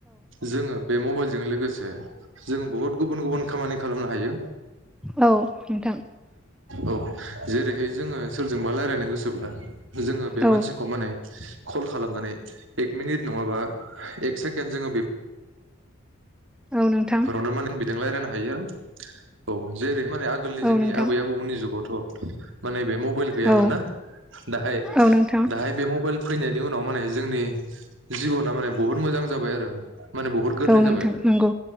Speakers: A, on the right (about 70°); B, in the centre.
A: जोङो बे मबाइलजों लोगोसे जों बहुत गुबुन गुबुन खामानि खालामनो हायो
B: औ नोंथां
A: औ जेरैहाय जोङो सोरजोंबा लायरायनो गोसोब्ला जोङो बे
B: औ
A: मानसिखौ माने खल खालामनानै एक मिनिट नङाबा एक सेकेण्ड जोङो बे
B: औ नोंथां
A: फोरावनो माने बिदों लायरायनो हायो औ जेरै माने आगोलनि
B: औ
A: जोंनि
B: नोंथां
A: आबै आबौमोननि जुगावथ माने बे मबेल गैयामोन
B: औ
A: ना दाहाय
B: औ नोंथां
A: दाहाय बे मबेल फैनायनि उनाव माने जोंनि जिबना माने बहुत मोजां जाबाय आरो माने बहुत गोरलै
B: औ नोंथां
A: जाबाय
B: नंगौ